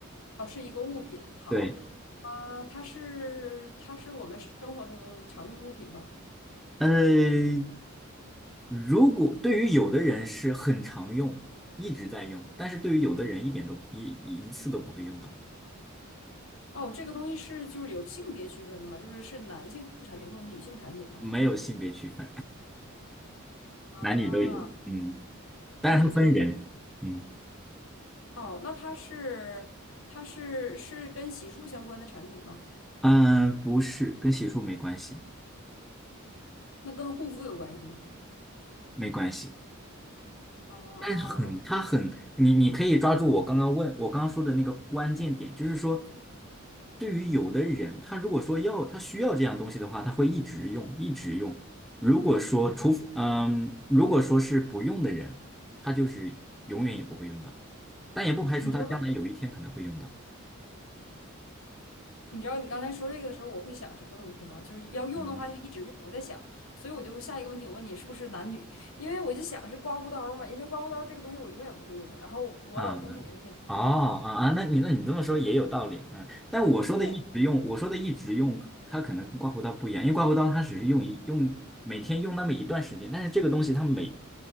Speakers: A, on the left (about 80°); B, in the centre.
A: 哦，是一个物品。好，
B: 对，
A: 啊、它是它是我们生活中的常用物品吗？
B: 呃，如果对于有的人是很常用，一直在用，但是对于有的人一点都一一一次都不会用到，
A: 哦，这个东西是就是有性别区分的吗？就是是男性产品或者女性产品吗？
B: 没有性别区分，
A: 啊，
B: 男女都有。嗯，但是它分人。
A: 男女都能用。
B: 嗯
A: 哦，那它是它是是跟洗漱相关的产品吗？
B: 嗯，呃不是，跟洗漱没关系，
A: 那跟护肤有关系吗？
B: 没关系。
A: 哦，OK，
B: 但是很，它很，你你可以抓住我刚刚问我刚刚说的那个关键点，就是说，对于有的人，他如果说要他需要这样东西的话，他会一直用，一直用。如果说除，嗯，如果说是不用的人，他就是永远也不会用到，但也不排除他将来有一天可能会用到。
A: 你知道你知道你刚才说这个的时候，我会想什么东西吗？就是要用的话就一直用。
B: 嗯
A: 我在想，所以我就下一个问题，我问你是不是男女？因为我就想是刮胡刀儿嘛，因为刮胡刀儿这个东西我永远不会用，然后我老公肯定天
B: 啊。哦啊啊，那你那你这么说也有道理，嗯，但我说的一直用，
A: 对
B: 我说的一直用，它可能跟刮胡刀不一样，因为刮胡刀它只是用一用每天用那么一段时间，但是这个东西它每